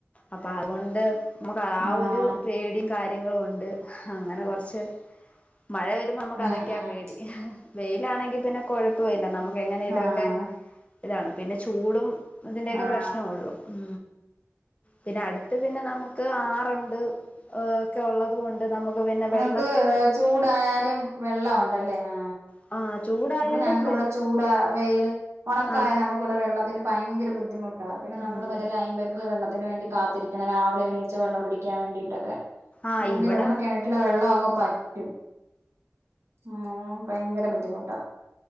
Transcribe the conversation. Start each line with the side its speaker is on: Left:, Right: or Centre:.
Left: അപ്പ അതുകൊണ്ട് നമുക്ക് ആ
Right: ആഹ് ആഹ്
Left: ഒരു പേടിം കാര്യങ്ങളും ണ്ട് അങ്ങനെ കൊറ്ച്ച് മഴ വരുമ്പോ നമുക്ക്
Right: ഉം
Left: അതൊക്കെയാ
Right: ഉം
Left: പേടി വെയിലാണെങ്കി പിന്നെ കൊഴപ്പവില്ല നമുക്ക് എങ്ങനെയെലും
Right: ആഹ്
Left: ഒക്കെ ഇതാണ് പിന്നെ ചൂടും ഇതിന്റെക്കെ
Right: ആഹ്
Left: പ്രശ്നൊള്ളു ഉ പിന്നെ അട്ത്ത് പിന്നെ നമുക്ക് ആറ്ണ്ട് ഹേ ഒക്കെ ഉള്ളത് കൊണ്ട് നമുക്ക് പിന്നെ
Right: ഞങ്ങക്ക്
Left: വെള്ളത്തിന്
Right: ചൂടായാലും വെള്ളം ഉണ്ടല്ലേ ആ
Left: ആ ചൂടായാലും
Right: ഇവിടെ ഞങ്ങക്ക്
Left: വെ
Right: വിടെ ചൂടാ വെയില് ഉണക്കായ
Left: ആ
Right: നമുക്കിവിടെ വെള്ളത്തിന് ഭയങ്കര ബുദ്ധിമുട്ട് പിന്നെനമ്മടെ
Left: ഉം
Right: മറ്റേ ലൈൻ പൈപ്പിലെ വെള്ളത്തിന് വേണ്ടി കാത്തിരിക്കണം രാവിലെ എണീച്ച് വെള്ളം പിടിക്കാൻ വേണ്ടിട്ടൊക്കെ
Left: ആഹ്
Right: ഭയങ്കര
Left: ഇവിടെ
Right: നമ്മുടെ കിണറ്റില വെള്ളം അങ് പറ്റും ഉ ഭയങ്കര ബുദ്ധിമുട്ടാ